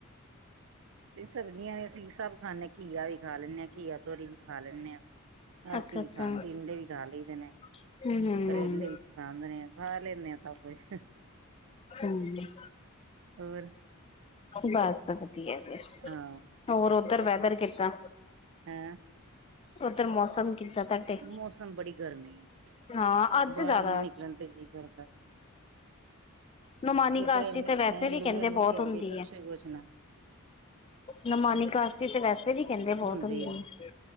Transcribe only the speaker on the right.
ਤੇ ਸਬਜ਼ੀਆਂ ਵੀ ਅਸੀਂ ਸਭ ਖਾਂਣੇ, ਘੀਆ ਵੀ ਖਾ ਲੈਂਣੇ ਆ ਘੀਆ। ਤੋਰੀ ਵੀ ਖਾ ਲੈਂਣੇ ਆਂ। ਹਰ
ਚੀਜ਼
ਖਾ ਟਿੰਡੇ ਵੀ ਖਾ ਲਈਦੇ ਨੇ,
ਕਰੇਲੇ ਵੀ ਪਸੰਦ ਨੇ। ਖਾ ਲੈਂਨੇ ਆ ਸਭ ਕੁਛ।
ਹੋਰ।
ਹਾਂ
ਹੈਂ।
ਮੌਸਮ ਬੜੀ ਗਰਮੀ ਏ,
ਬਾਰ
ਨੀ ਨਿਕਲਣ ਤੇ ਜੀ ਕਰਦਾ।
ਕਿਧਰੇ
ਮੈਂ
ਲੂ
ਇੰਨੀ
ਚਲਦੀ
ਪੁੱਛੋ
ਹੀ ਕੁਛ ਨਾ
ਹੁੰਦੀ ਐ